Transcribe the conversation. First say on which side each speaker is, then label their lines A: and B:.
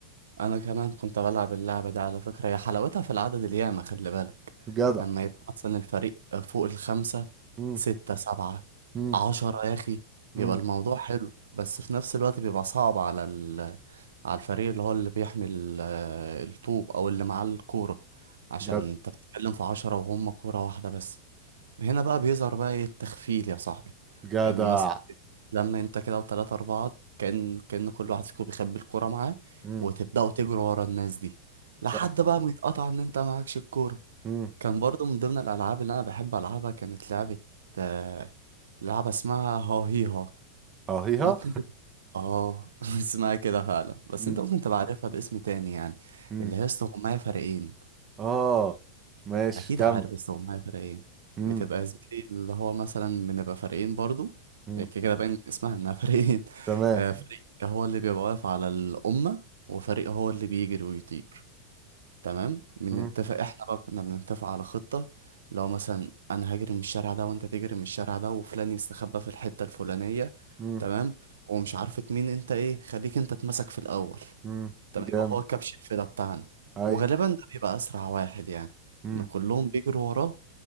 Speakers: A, on the right; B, on the right.
A: انا كمان كنت بلعب اللعبه دي على فكره هي حلاوتها في العدد الياما خلي بالك
B: جدع
A: لما يبقى مثلا الفريق فوق الخمسه
B: امم
A: سته سبعه
B: امم
A: عشرة يا اخي
B: امم
A: بيبقى الموضوع حلو بس في نفس الوقت بيبقى صعب على ال... على الفريق اللي هو اللي بيحمل آه، الطوب او اللي معاه الكوره عشان
B: جدع
A: انت بتتكلم في عشرة وهم كوره واحده بس هنا بقى بيظهر بقى ايه التخفيل يا صاحبي
B: جدع
A: ان مثلا لما انت كده وتلاتة اربعة كان كان كل واحد فيكم بيخبي الكورة معاه
B: امم
A: وتبدأوا تجروا ورا الناس دي لحد
B: صح
A: بقى ما يتقطع ان انت معكش الكورة
B: امم
A: كان برضو من ضمن الالعاب اللي انا بحب العبها كانت لعبة آه، لعبة اسمها ها هي ها
B: اهيها
A: ممكن تت... اه <laughs> اسمها كده فعلا بس
B: امم
A: انت ممكن تبقى عارفها باسم تاني يعني
B: امم
A: اللي هي استغماية فريقين
B: اه ماشي
A: اكيد
B: كم
A: عارف بس هو معايا فرق ايه
B: امم
A: بتبقى يا زميلي اللي هو مثلا بنبقى فريقين برضو
B: امم
A: هي كده كده باين من اسمها انها <laughs> فريقين
B: تمام
A: آه، فريق هو اللي بيبقى واقف على الأمة وفريق هو اللي بيجري ويطير تمام بنتفق
B: امم
A: احنا بقى كنا بنتفق على خطة لو مثلا انا هجري من الشارع ده وانت تجري من الشارع ده وفلان يستخبى في الحتة الفلانية
B: امم
A: تمام ومش عارفة مين انت ايه خليك انت اتمسك في الأول
B: امم
A: طب
B: جامد
A: يبقى هو كبش الفدا بتاعنا
B: اي
A: وغالبا ده بيبقى اسرع واحد يعني
B: امم
A: ان كلهم بيجروا وراه